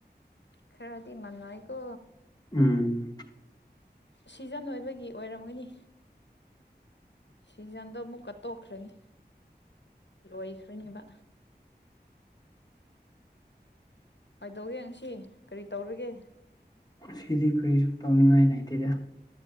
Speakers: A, on the left; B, on the left.
A: ꯈꯔꯗꯤ ꯃꯥꯟꯅꯥꯏꯀꯣ
B: ꯎꯝ
A: ꯁꯤꯖꯟ ꯑꯣꯏꯕꯒꯤ ꯑꯣꯏꯔꯝꯒꯅꯤ ꯁꯤꯖꯟꯗꯣ ꯑꯃꯨꯛꯀ ꯇꯣꯛꯈ꯭ꯔꯅꯤ ꯂꯣꯏꯈꯔꯤ ꯑꯦꯕ ꯀꯥꯏꯗꯧꯒꯦ ꯉꯁꯤ ꯀꯔꯤ ꯇꯧꯔꯒꯦ
B: ꯑꯁꯤꯗꯤ ꯀꯔꯤꯁꯨ ꯇꯧꯅꯤꯡꯉꯥꯏ ꯂꯩꯇꯦꯗ